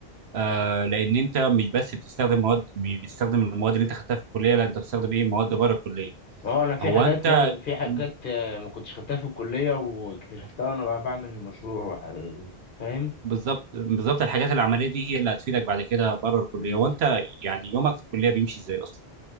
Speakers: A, on the right; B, on the left.
A: آه لان انت مش بس بتستخدم مواد مش بتستخدم المواد اللي انت خدتها في الكليه لا انت بتستخدم ايه مواد بره الكليه
B: اه انا في
A: هو
B: حاجات
A: انت
B: مثلا في حاجات
A: مم.
B: آه، ما كنتش خدتها في الكليه واكتشفتها وانا بقى بعمل المشروع آه، فاهم
A: بالظبط بالظبط الحاجات العمليه دي هي اللي هتفيدك بعد كده بره الكليه
B: مم.
A: وانت يعني يومك في الكليه بيمشي ازاي اصلا